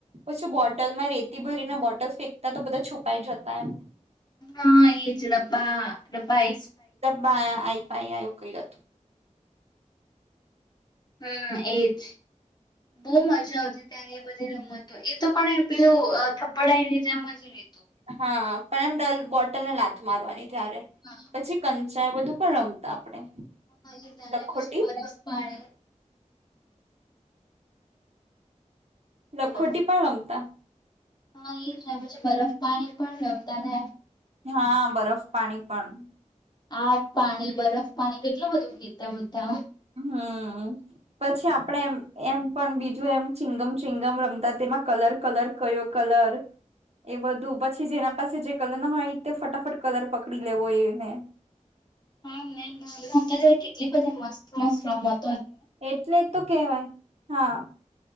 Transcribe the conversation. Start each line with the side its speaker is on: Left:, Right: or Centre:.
Right: પછી બોટલમાં રેતી ભરીને બોટલ ફેંકતા તો બધા છુપાઈ જતા એમ
Left: હા એજ ડબ્બા - ડબ્બા એ
Right: ડબ્બા આયા આઈ ફાઈ એવું કયું હતું.
Left: હા એજ. બહુ મજા આવતી ત્યારે એ બધી રમતો એ તો પણ પેલું થપડાને ઇજ્જત
Right: હા પણ એમ ડલ બોટલને લાથ મારવાની ત્યારે
Left: હા
Right: પછી કંચા એ બધું પણ રમતા આપણે
Left: હ એ તને
Right: લખોટી
Left: પછી બરફ પાણી
Right: લખોટી
Left: હલો
Right: પણ રમતા
Left: હા એ જ પછ બરફ પાણી પણ રમતા નેમ
Right: હા બરફ પાણી પણ
Left: આઠ પાણી બરફ પાણી કેટલું બધું કીતા બધા
Right: હમ પછી આપડે એમ એમ પણ બીજું એમ ચિંગમ ચિંગમ રમતા માં કલર કલર કયો કલર એ બધું પછી જે એના પાસે જે કલર ન હોય તે ફટાફટ કલર પકડી લેવો એને
Left: હા મે ના કેટલી બધી મસ્ત મસ્ત રમત
Right: એટલે તો કેહેવાય હા.